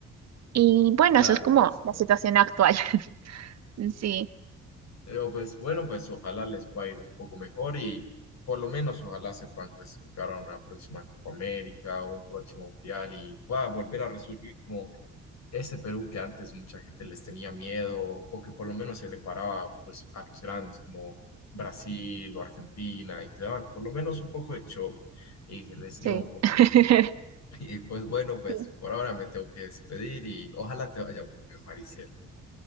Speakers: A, on the right; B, on the left.
A: Y bueno,
B: Claro,
A: eso es como
B: es
A: la
B: cierto.
A: situación actual. <laughs> Sí,
B: Pero pues bueno, pues ojalá les pueda ir un poco mejor y por lo menos ojalá se puedan clasificar a una próxima Copa América o un próximo Mundial y pueda volver a resurgir como ese Perú que antes mucha gente les tenía miedo o que por lo menos se le paraba pues a los grandes como Brasil o Argentina y te daban por lo menos un poco de show y se les
A: sí.
B: iba un poco
A: <laughs>
B: mejor. <laughs> Y pues bueno, pues
A: Sí.
B: por ahora me tengo que despedir y ojalá te vaya muy bien, Mariciel.